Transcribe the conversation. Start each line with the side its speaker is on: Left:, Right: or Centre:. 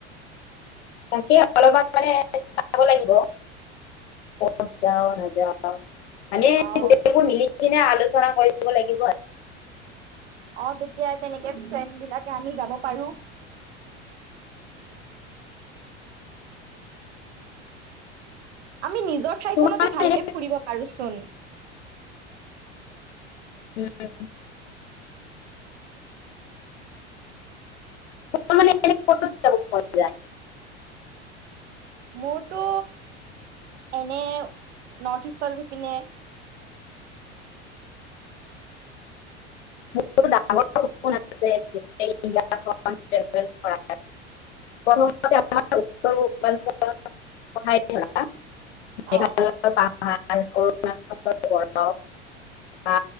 Left: তাকে অলপমান মানে চাব লাগিব। কত যাওঁ ন? যাওঁ, মানে
Right: অ
Left: গোটেইবিলাক মিলি কিনে আলোচ <unintelligible> কৰিব লাগিব।
Right: অ তেতিয়া তেনেকে ফ্ৰেণ্ড বিলাকে আমি যাব। পাৰোঁ। আমি নিজৰ ঠাইখনতে
Left: তোমাৰ
Right: ভালকে
Left: মানে এনে
Right: ফুৰিব পাৰোঁচোন।
Left: উম। তোমাৰ মানে এনে ক'ত ক'ত যাব মন যায়?
Right: মোৰতো এনে নৰ্থ-ইষ্টৰ সিপিনে।
Left: <unintelligible> আছে। <unintelligible> <inaudible> প্ৰথমতে আমাৰ উত্তৰ পূৰ্বাঞ্চলৰ <unintelligible>
Right: অ',
Left: ভাল। অৰুণাচলৰ বৰফ বা